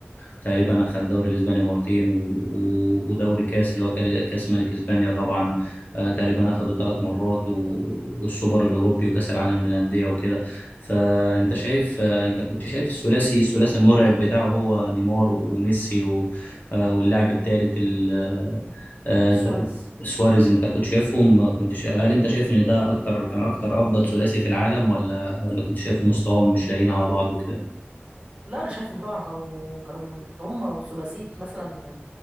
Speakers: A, on the left; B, on the right.
A: وتقريبا أخد الدوري الإسباني مرتين و- و- ودوري كاس اللي هو كال- كاس ملك إسبانيا طبعا آه، تقريبا أخده ثلاث مرات و- والسوبر الأوروبي وكاس العالم للأندية وكده فأنت شايف آه، أنت كنت شايف الثلاثي الثلاثي المرعب بتاعه هو نيمار وميسي و- آه، واللاعب الثالث ال- آه، آه،
B: سواريز
A: انت سواريز انت كنت شايفهم كنت شا... هل انت شايف ان ده اكتر كان اكتر افضل ثلاثي في العالم ولا ولا كنت شايف مستواهم مش لايقين على بعض وكده
B: لا انا شايفهم طبعا كانوا كانوا من هم وثلاثيه مثلا